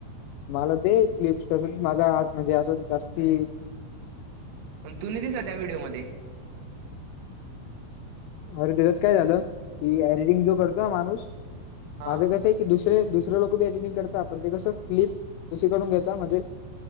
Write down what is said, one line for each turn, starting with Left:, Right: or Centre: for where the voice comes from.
Left: मला ते क्लिप्स तस माझा आवाज म्हणजे असं जास्ती
Right: पण तु नाही दिसत त्या व्हिडीओमध्ये
Left: अरे त्याच्यात काय झालं की एडिटिंग जो करतो ना माणूस
Right: हा
Left: माझं कस की दुसरे दुसरे लोक बी एटिटिंग करत आपण ते कसं क्लिप दुसरीकडून घेता म्हणजे